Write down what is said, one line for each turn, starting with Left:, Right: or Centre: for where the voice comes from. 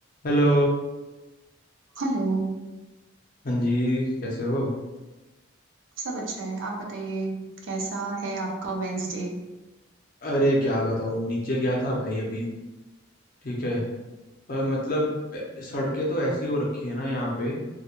Left: Hello
Right: Hello
Left: हाँ जी कैसे हो
Right: सब अच्छा है आप बताइए कैसा है आपका वेंसडे
Left: अरे क्या बताओ नीचे गया था भाई अभी ठीक है पर मतलब ए- सड़कें तो ऐसी हो रखी है ना यहाँ पे